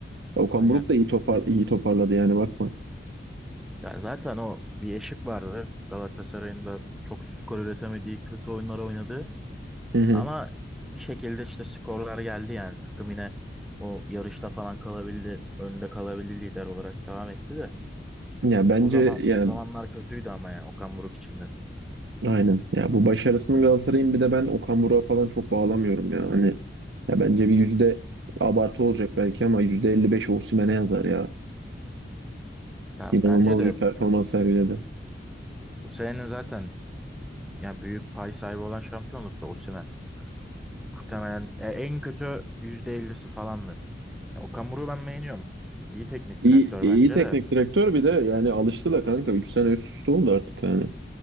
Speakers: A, on the right; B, in the centre.
A: Okan
B: Aynen.
A: Buruk da iyi topar iyi toparladı yani bakma.
B: Ya zaten o bir eşik vardı. Galatasaray'ın da çok skor üretemediği, kötü oyunlar oynadı.
A: Hı hı.
B: Ama bir şekilde işte skorlar geldi yani. Takım yine o yarışta falan kalabildi. Önde kalabildi lider olarak devam etti de.
A: Ya bence
B: O zaman
A: yani
B: o zamanlar kötüydü ama yani Okan Buruk için de.
A: aynen. Ya bu başarısını Galatasaray'ın bir de ben Okan Buruk'a falan çok bağlamıyorum ya. Hani ya bence bir yüzde abartı olacak belki ama yüzde 55 Osimhen'e yazar ya.
B: Ya
A: İnanılmaz
B: bence de
A: bir performans sergiledi.
B: bu sene zaten ya büyük pay sahibi olan şampiyonlukta Osimhen. Muhtemelen ya en kötü %50'si falandır. Ya Okan Buruk'u ben beğeniyorum. İyi teknik
A: İyi,
B: direktör
A: iyi
B: bence
A: teknik
B: de.
A: direktör bir de yani alıştı da kanka 3 sene üst üste oldu artık yani.